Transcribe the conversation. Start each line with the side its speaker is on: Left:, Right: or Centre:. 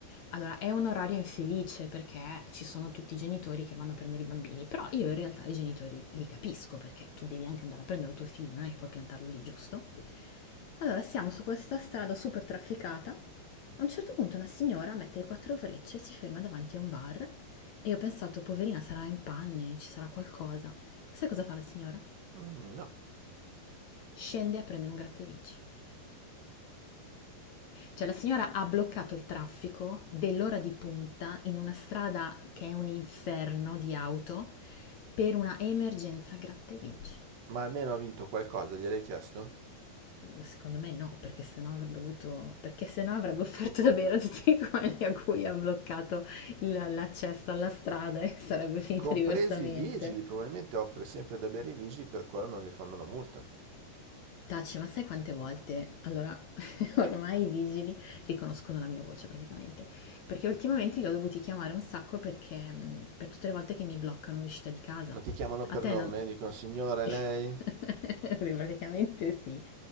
Left: Allora, è un orario infelice perché ci sono tutti i genitori che vanno a prendere i bambini, però io in realtà i genitori li capisco perché tu devi anche andare a prendere il tuo figlio, non è che puoi piantarlo lì, giusto? Allora, siamo su questa strada super trafficata. A un certo punto una signora mette le quattro frecce, si ferma davanti a un bar e io ho pensato, poverina, sarà in panne, ci sarà qualcosa. Sai cosa fa la signora?
Right: Mm, no.
Left: scende a prendere un gratta e vinci. Cioè la signora ha bloccato il traffico dell'ora di punta in una strada che è un inferno di auto per una emergenza gratta e vinci.
Right: Ma almeno ha vinto qualcosa, gliel'hai chiesto?
Left: Secondo me no, perché sennò avrebbe avuto perché sennò avrebbe offerto davvero a tutti <laughs> quelli a cui ha bloccato il- l'accesso alla strada e sarebbe finita
Right: Compresi
Left: diversamente.
Right: i vigili, probabilmente offre sempre da bere i vigili, per quello non gli fanno una multa.
Left: Taci, ma sai quante volte? Allora, <laughs> ormai i vigili riconoscono la mia voce praticamente. perché ultimamente li ho dovuti chiamare un sacco perché mh, per tutte le volte che mi bloccano l'uscita di casa.
Right: Ma ti chiamano per
Left: A te
Right: nome?
Left: non...
Right: Dicono signore,
Left: <laughs>
Right: lei?
Left: Sì, praticamente sì.